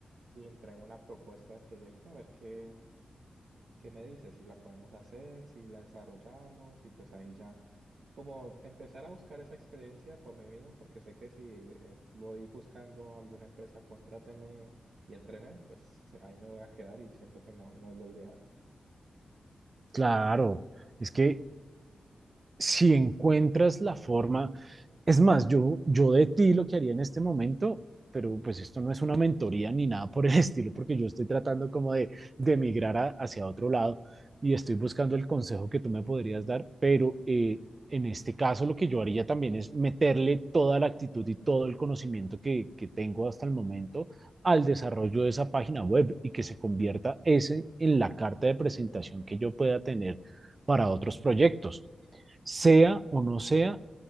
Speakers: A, on the right (about 75°); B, on the right (about 40°).
A: le entrego una propuesta de proyecto, a ver qué, qué me dice, si la podemos hacer, si la desarrollamos y pues ahí ya como empezar a buscar esa experiencia por mí mismo, porque sé que si eh, voy buscando alguna empresa, contráteme y entréneme, pues ahí me voy a quedar y siento que no, no es lo ideal.
B: claro. Es que si encuentras la forma, es más, yo, yo de ti lo que haría en este momento, pero pues esto no es una mentoría ni nada por el <laughs> estilo, porque yo estoy tratando como de, de emigrar a- hacia otro lado y estoy buscando el consejo que tú me podrías dar, pero eh, en este caso lo que yo haría también es meterle toda la actitud y todo el conocimiento que, que tengo hasta el momento al desarrollo de esa página web y que se convierta ese en la carta de presentación que yo pueda tener para otros proyectos sea o no sea